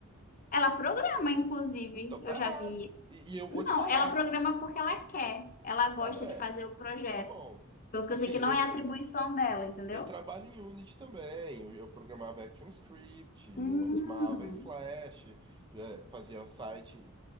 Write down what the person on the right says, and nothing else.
então tá
errado.
E, e eu vou
te falar.
Ah, é,
tá bom.
Assim,
eu,
eu
Eu trabalho em Unity também. Eu, eu programava ActionScript, eu
animava em Flash, eh, fazia o site